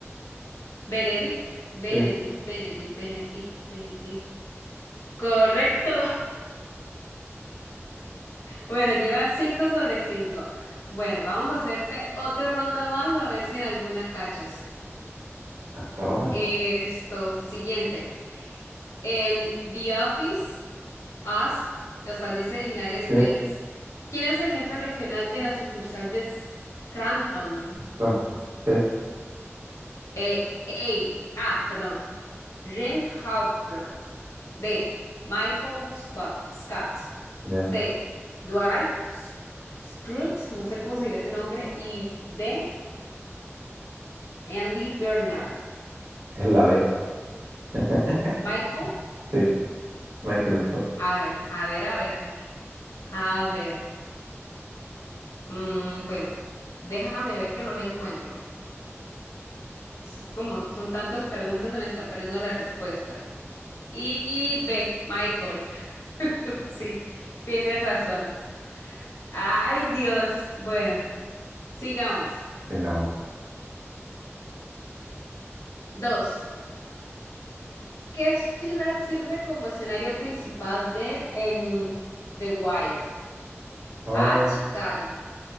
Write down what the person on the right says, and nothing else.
Sí,
hasta ahora no.
Sí,
Phantom, sí,
ya,
es la B, <laughs>
sí, Michael Scott.
Digamos,
oh,